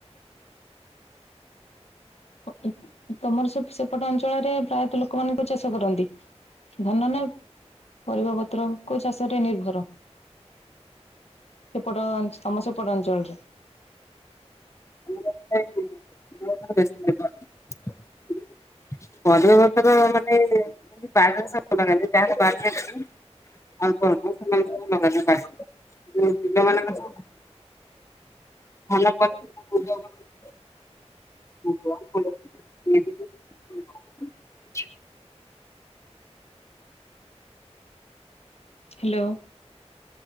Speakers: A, on the left (about 65°); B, on the left (about 25°).
A: <unintelligible> ତମର ସବୁ ଏପଟ ଅଞ୍ଚଳରେ ପ୍ରାୟତଃ ଲୋକ ମାନଙ୍କୁ ଚାଷ କରନ୍ତି। ଧାନ ନା ପରିବା ପତ୍ର କୋଉ ଚାଷରେ ନିର୍ଭର? ସେପଟ ତମ ସେପଟ ଅଞ୍ଚଳରେ।
B: <unintelligible> ହୁଁ ପିଲ ମାନ କ। <inaudible> <unintelligible> <unintelligible>
A: ହ୍ୟାଲୋ।